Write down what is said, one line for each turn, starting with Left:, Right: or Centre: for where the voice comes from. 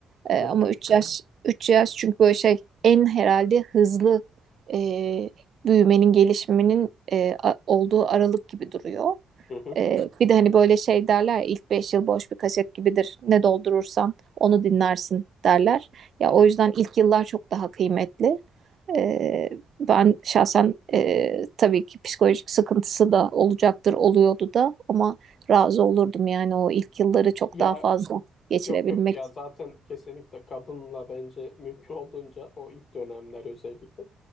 Right: E,
Left: Hı
Right: ama
Left: hı,
Right: üç yaş üç yaş çünkü böyle şey en herhalde hızlı e, büyümenin gelişiminin e, a- olduğu aralık gibi duruyor.
Left: hı hı,
Right: Ee, bir de hani böyle şey derler ya, ilk 5 yıl boş bir kaset gibidir. Ne doldurursan onu dinlersin derler. Ya
Left: hı
Right: o
Left: hı.
Right: yüzden ilk yıllar çok daha kıymetli. Ee, ben şahsen e, tabii ki psikolojik sıkıntısı da olacaktır, oluyordu da ama razı olurdum yani o ilk yılları çok
Left: Ya
Right: daha fazla geçirebilmek.
Left: yok yok ya zaten kesinlikle kadınla bence mümkün olduğunca o ilk dönemler özellikle